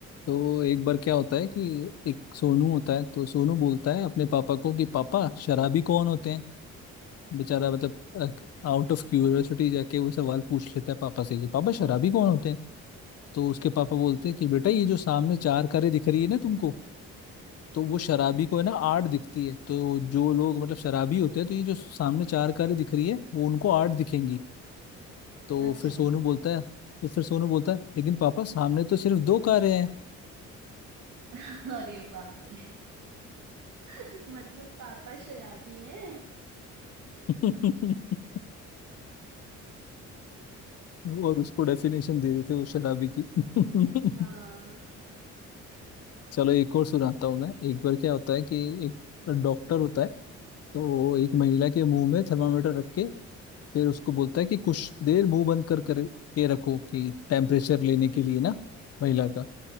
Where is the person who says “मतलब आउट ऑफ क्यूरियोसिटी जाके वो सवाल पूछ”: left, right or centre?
Left